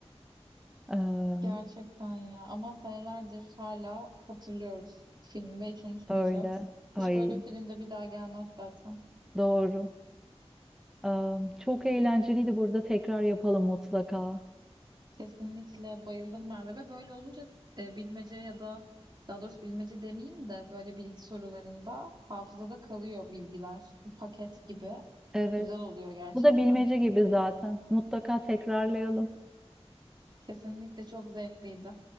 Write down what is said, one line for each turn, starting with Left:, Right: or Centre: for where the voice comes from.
Centre: Eee,
Right: Gerçekten ya ama senelerdir hala hatırlıyoruz filmi ve hiç unutmayacağız.
Centre: öyle. Ay
Right: Hiç böyle filmde bir daha gelmez zaten.
Centre: doğru. Am, Çok eğlenceliydi burada. Tekrar yapalım mutlaka.
Right: Kesinlikle bayıldım Merve ve böyle olunca e, bilmece ya da daha doğrusu bilmece demeyeyim de böyle bilgi sorularında hafızada kalıyor bilgiler. Bir paket gibi.
Centre: Evet.
Right: Güzel oluyor gerçekten.
Centre: Bu da bilmece gibi zaten. Mutlaka tekrarlayalım.
Right: Kesinlikle çok zevkliydi.